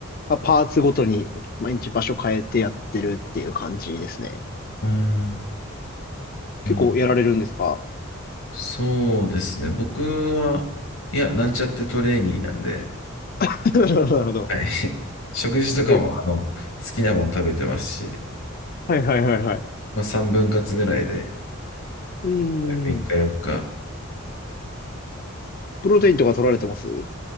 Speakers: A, on the left; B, on the left.
A: まあ、パーツごとに毎日場所変えてやってるっていう感じですね。
B: ーん、なるほど。
A: 結構やられるんですか
B: そうですね。僕は、いや、なんちゃってトレーニーなんで、
A: <laughs> なるほど。
B: はい。<laughs> 食事とかも、
A: え、
B: あの、好きなもの食べてますし、
A: はいはいはいはい。
B: まあ3分割ぐらいで、
A: うー
B: 3日4日。
A: ん。プロテインとか取られてますはい